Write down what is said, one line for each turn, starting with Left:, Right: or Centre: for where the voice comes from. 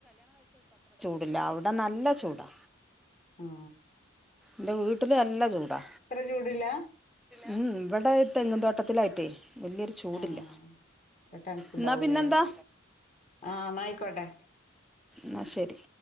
Centre: ടില്ല അവിടെ നല്ല ചൂടാ.
Left: ആ
Centre: ന്റെ വീട്ടില് നല്ല ചൂടാ
Left: ചൂടില്ല
Centre: ഉ ഇവിടെ തെങ്ങും തോട്ടത്തിലായി. <unintelligible> വല്യൊരു ചൂടില്ല
Left: ആഹ് തണുപ്പുണ്ടാവൂലേ
Centre: എന്നാ പിന്നെന്താ
Left: ആ എന്നായിക്കോട്ടെ
Centre: ന്നാ ശരി.